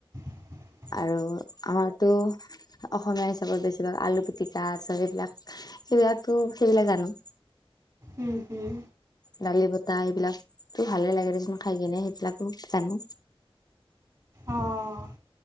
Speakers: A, on the right; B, on the left.
A: <inaudible>
B: আৰু আমাৰতো অসমীয়া হিচাপত বেছিভাগ আলু পিটিকা চব সেইবিলাক। সেইবিলাকতো সেইবিলাক জানো
A: উম হুম
B: দালি বতাহ এইবিলাকতো ভালে লাগে দেচোন খাই কিনে সেইবিলাকো জানো
A: অঁ